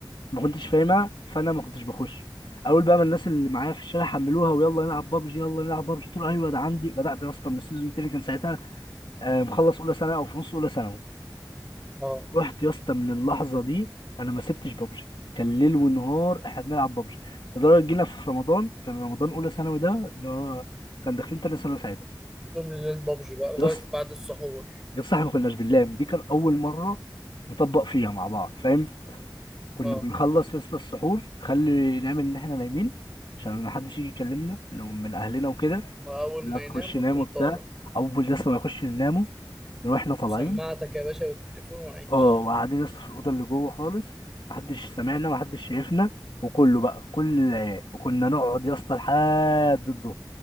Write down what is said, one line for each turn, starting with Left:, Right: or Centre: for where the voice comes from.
Left: ما كنتش فاهمها فانا ما كنتش بخش اول بقى ما الناس اللي معايا في الشارع حملوها ويلا نلعب بابجي يلا نلعب بابجي قلت له ايوه ده عندي بدات يا اسطى من السيزون التاني كان ساعتها آه، مخلص اولى ثانوي او في نص اولى ثانوي
Centre: اه
Left: رحت يا اسطى من اللحظه دي انا ما سبتش بابجي كان ليل ونهار احنا بنلعب بابجي لدرجه جينا في رمضان كان رمضان اولى ثانوي ده اللي هو كان داخلين تاني ثانوي ساعتها
Centre: طول الليل بابجي بقى لغايه
Left: يا اسطى
Centre: بعد السحور
Left: يا اسطى احنا ما كناش بنلام دي كان اول مره نطبق فيها مع بعض فاهم كنا
Centre: اه
Left: بنخلص يا اسطى السحور خلي نعمل ان احنا نايمين عشان محدش يجي يكلمنا من من اهلنا وكده
Centre: واول
Left: لا
Centre: ما ينام
Left: خش نام
Centre: وتقوم
Left: وبتاع
Centre: طالع
Left: اول يا اسطى ما نخش ننامه نروح احنا طالعين
Centre: سماعتك يا باشا والتليفون وعيش
Left: اه وقاعدين يا اسطى في الاوضه اللي جوه خالص محدش سمعنا محدش شايفنا وكله بقى كل العيال وكنا نقعد يا اسطى لحد الظهر